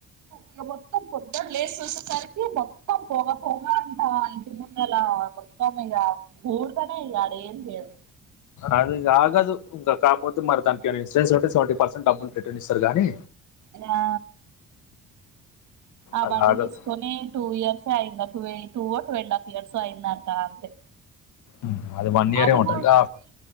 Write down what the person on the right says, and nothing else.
ఇక మొత్తం పొద్దునా లేచి చూసేసరికి మొత్తం పోగా పోగా అంట ఇంటి ముందల మొత్తం ఇగ బూడిదనే ఇగ ఆడుఏంచెయ్యడు
రా ఆ
బండి
తీసుకొని టూ ఇయర్స్ ఏ అయ్యిందట టూ ఓ టూ అండ్ హాఫ్ ఇయర్స్ ఓ అయిందంట అంతే
అది
కూడా